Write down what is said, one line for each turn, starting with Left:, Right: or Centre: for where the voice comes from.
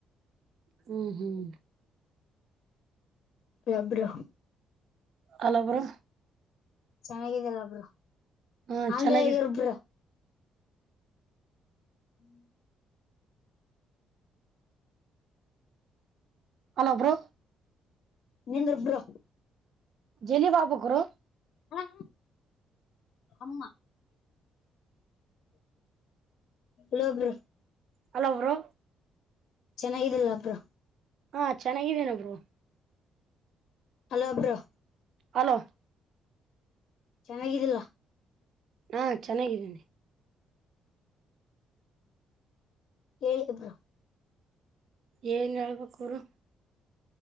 Right: ಹ್ಮ್ ಹ್ಮ್
Left: ವಬ್ರೋ
Right: ಅಲ್ಲ ಬ್ರೋ
Left: ಚೆನ್ನಾಗಿದಲ್ಲ ಬ್ರೋ
Right: ಹಾ
Left: ಆಲ್
Right: ಚೆನ್ನಾಗಿ
Left: ದ ವೇ ಇರ್ ಬ್ರೋ ಹ್ಮ್
Right: ಹಲೋ ಬ್ರೋ
Left: ನಿಂದೊಬ್ಬರು
Right: ಎಲ್ಲಿಗೆ ಹೋಗಬೇಕು ಗುರು
Left: ಹ ಅಮ್ಮ ಲಭ್ರ
Right: ಹಲೋ ಅವರು
Left: ಚೆನ್ನಾಗಿದಲ್ಲ ಪ್ರ
Right: ಹಾ ಚೆನ್ನಾಗಿದ್ದೇನೊಬ್ರು
Left: ಹಲೋ ಅಬ್ರಾ
Right: ಹಲೋ
Left: ಚೆನ್ನಾಗಿದ್ದಿಲ್ಲ
Right: ಹಾ ಚೆನ್ನಾಗಿದ್ದೇನೆ
Left: ಹೇಳಿಬರು
Right: ಏನ್ ಹೇಳ್ಬೇಕಡು